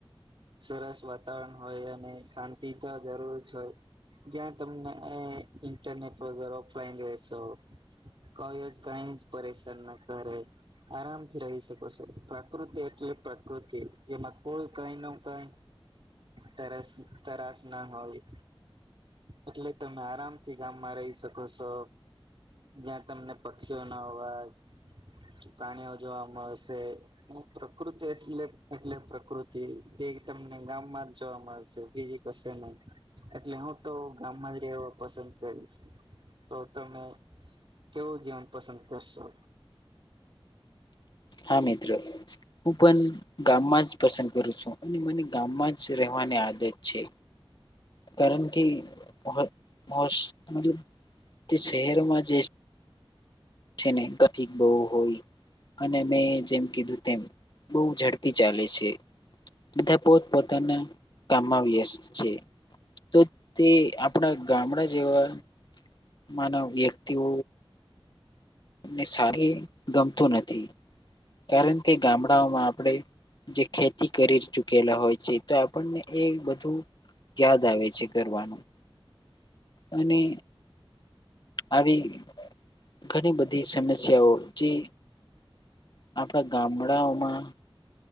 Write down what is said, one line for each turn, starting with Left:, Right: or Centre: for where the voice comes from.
Right: સરસ વાતાવરણ હોય અને શાંતિ તો જરૂર જ હોય. જ્યાં તમને ઇન્ટરનેટ વગેર ઓફલાઈન રહેશો કઈ જ કઈ જ પરેશાન ના કરે આરામથી રહી શકો છો પ્રકૃતિ એટલે પ્રકૃતિ જેમાં કોઈ કઈ નો કઈ તરસ તરાસ ના હોય એટલે તમે આરામથી ગામમાં રહી શકો છો. જ્યાં તમને પક્ષીઓનો અવાજ પ્રાણીઓ જોવા મળશે ને પ્રકૃતિ એલે એટલે પ્રકૃતિ જે એ તમને ગામમાં જ જોવા મળશે બીજી કસે નહી એટલે હું તો ગામ માં જ એવો પસંદ કરીશ. તો તમે કેવું જીવન પસંદ કરશો?
Left: હા મિત્ર. હું પણ ગામમાં જ પસંદ કરું છું અને મને ગામમાં જ રહેવાની આદત છે. કારણ કે મો મોસ પૂરું તે શહેરમાં જે છે ને કથી બહુ હોય. અને મેં જેમ કીધું તેમ બહુ ઝડપી ચાલે છે. બધા પોત પોતાના કામમાં વ્યસ્ત છે. તો તે આપણા ગામડા જેવા માનવ વ્યક્તિઓ ને સારી ગમતું નથી કારણ કે ગામડાઓમાં આપણે જે ખેતી કરી ચૂકેલા હોય છે તો આપણને એ બધું યાદ આવે છે કરવાનું અને આવી ઘણી બધી સમસ્યાઓ જે આપડા ગામડાઓમાં